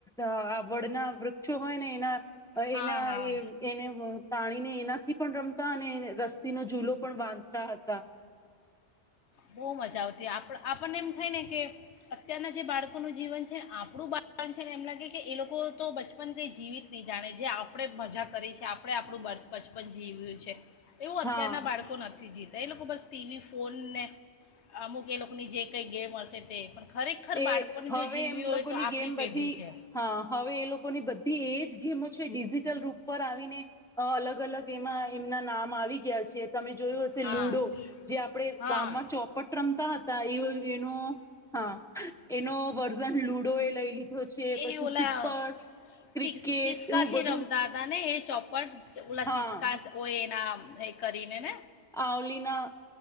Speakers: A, in the centre; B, on the left (about 85°).
A: આ વડના વૃક્ષો હોય ને એના
B: હા
A: એના
B: હા
A: એ એને તાણીને એનાથી પણ રમતા અને રસ્તીનો ૂલો પણ બાંધતા હતા.
B: બો મજા આવતી આપ આપણને એમ થાય ને કે અત્યારના જે બાળકોનું જીવન છેને આપણું બાળણ છેને એમ લાગે કે એ લોકો તો બચપન કંઈ જીવીત નહી જાણે જે આપણે મજા કરી છે આપણે આપણું બચપન જીવ્યું છે. એવું અત્યારના
A: હા
B: બાળકો નથી. તો એ લોકો બસ ટીવી ફોન અમુક એ લોકોની જે કઈ ગેમ હશે પણ ખરેખર
A: એ
B: બાળપણ
A: હવે
B: જો જીવ્યું
A: એમ
B: હોય
A: લોકોની
B: તો આપણી
A: ગેમ બધી
B: પેઢી છે
A: હા હવે એ લોકોની બધી એજ ગેમો ડિજિટલ રૂપ પર આવીને અલગ અલગ એમાં એમના નામ આવી ગયા છે. તમે જોયું હશે
B: હા
A: લુડો જે આપણે
B: હા
A: ગામમાં ચોપટ રમતા હતા એવ એનો હા. એનો લુડો એ લઈ લીધો છે પછી
B: એ ઓલા
A: ચિપસ ક્રિકેટ
B: ચીસ ચિસ્કાથી
A: એવું બધું
B: રમતા હતા ને એ ચોપટ. ઓલા
A: હા
B: ચિસ્કાસ હોય એના એ કરીને ને
A: આવલીના